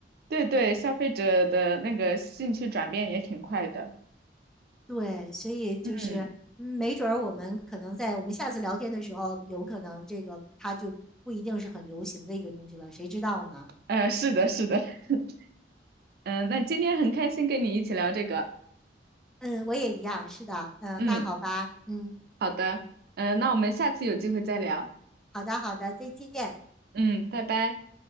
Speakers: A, on the right; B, in the centre.
A: 对对，消费者的那个兴趣转变也挺快的，
B: 对，所以就是嗯没准儿我们可能在我们下次聊天的时候，
A: 嗯
B: 有可能这个它就不一定是很流行的一个东西了，谁知道呢？
A: 呃，是的是的，<laughs> 嗯，那今天很开心跟你一起聊这个，
B: 嗯，我也一样，是的，嗯，
A: 嗯，
B: 那好吧，嗯，
A: 好的，呃，那我们下次有机会再聊，
B: 好的，好的，再见，
A: 嗯，拜拜。